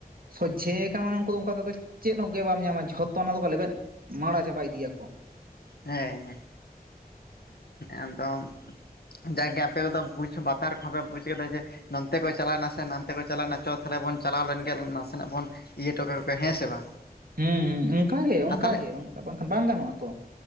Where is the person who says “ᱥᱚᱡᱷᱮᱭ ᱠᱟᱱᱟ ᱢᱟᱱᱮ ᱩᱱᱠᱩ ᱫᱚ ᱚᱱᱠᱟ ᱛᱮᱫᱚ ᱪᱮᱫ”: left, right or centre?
Right